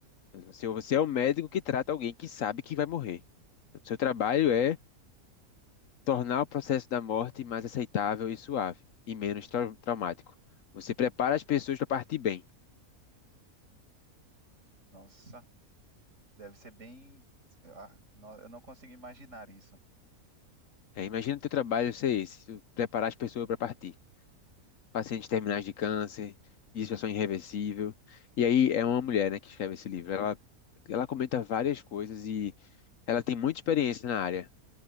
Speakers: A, on the left (about 65°); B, on the right (about 55°).
A: Você, você é o médico que trata alguém que sabe que vai morrer. O seu trabalho é tornar o processo da morte mais aceitável e suave, e menos trau- traumático. Você prepara as pessoas para partir bem.
B: Nossa, deve ser bem. ah, no- Eu não consigo imaginar isso.
A: É, imagina o teu trabalho ser esse, preparar as pessoas para partir. pacientes terminais de câncer, de situação irreversível. E aí é uma mulher, né, que escreve esse livro. Ela, ela comenta várias coisas e ela tem muita experiência na área.